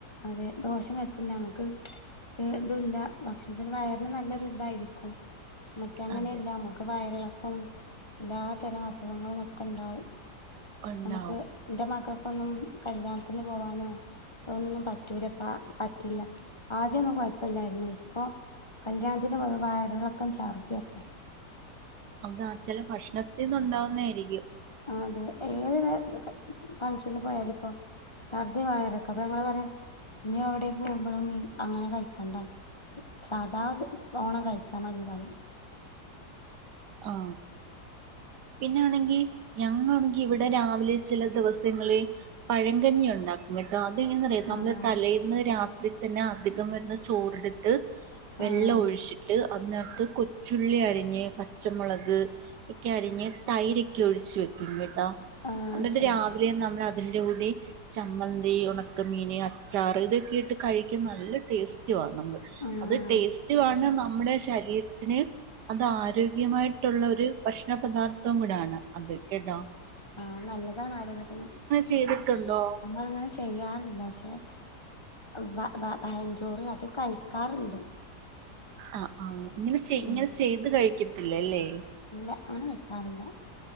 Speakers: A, on the left; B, on the right.
A: അതെ ദോഷം വരത്തില്ല മുക്ക് ഏതുല്ല ഭക്ഷണത്തിന് വയറിന് നല്ലൊരു ഇതായിരിക്കും മറ്റ അങ്ങനെയല്ല
B: അതെ
A: മ്മുക്ക് വയറിള ക്കും എല്ലാ തരം അസുഖങ്ങളും ഒക്കെ ഇണ്ടാവും
B: ഉണ്ടാവും
A: നമുക്ക് ൻ്റെമക്ക കൊന്നും കല്യാണത്തിന് പോവാനോ ഒന്നും പറ്റൂല പ പറ്റില്ല ആദ്യൊന്നും കുയപ്പല്ലായിരുന്നേ ഇപ്പൊ കല്യാണത്തിന് പോവുമ്പോ വയറിളക്കം ചർദ്ധിയൊക്കെ
B: അതാ ചെല ഭക്ഷണത്തിന്നുണ്ടാവുന്ന ആയിരിക്കും
A: അതെ ഏത് ത <unintelligible> ഫങ്ഷനു പോയാ ലു ഇപ്പോ ഛർദി വയറിളക്ക അപ്പൊ ഞങ്ങള് പറയും ഞി എവിടെ പോകുമ്പോഴും നീ അങ്ങനെ കഴിക്കണ്ട സാദാ ഓണം കഴിച്ചാ മതിന്നു പറയും
B: ആ പിന്നാണെങ്കി ഞങ്ങ ഇവിടെ രാവിലെ ചെല ദിവ സങ്ങളിൽ പഴങ്കഞ്ഞി ഉണ്ടാക്കും കേ ട്ടോ അതെങ്ങനാറിയോ നമ്മള്
A: ആഹ്
B: തലേന്ന് രാ ത്രി തന്നെ അധികം വരുന്ന ചോറെടുത്ത് വെള്ളം
A: ആഹ്
B: ഒഴിച്ചിട്ട് അതിനകത്ത് കൊച്ചുള്ളി അരിഞ്ഞ് പ പച്ചമുളക് ഒക്കെ അരിഞ്ഞ് തൈരൊക്കെ ഒഴിച്ച് വെക്കും
A: ആഹ്
B: എന്നിട്ട്
A: ശരി
B: രാവിലെ നമ്മള് അതിൻ്റൂടി ചമ്മന്തി ഒണക്ക മീന് അച്ചാ ചാറ് ഇതൊക്കെ ഇട്ട് കഴിക്കാ നല്ല ടേസ്റ്റുവാ ആ നമുക്ക്
A: ആഹ്
B: അത് ടേസ്റ്റും ആണ് ന അമ്മടെ ശരീരത്തിന് അത് ആരോ <unintelligible> മായിട്ടുള്ള ഒരു ഭക്ഷണ പദാർത്ഥവും കൂടാണ് അത് കേട്ടാ
A: ആ നല്ലതാണ് ആരോഗ്യത്തിന്
B: ചെയ്തിട്ടുണ്ടോ
A: നമ്മള് അങ്ങനെ ചെയ്യാറില്ല പക്ഷെ ബ ബ പയഞ്ചോറ് അത് കഴിക്കാറ്ണ്ട്
B: ആ ആ ഇങ്ങനെ ഇങ്ങനെ
A: ഉം
B: ചെയ്ത് കഴിക് ഇല്ലല്ലേ
A: ഇല്ല അങ്ങനെ വെക്കാറില്ല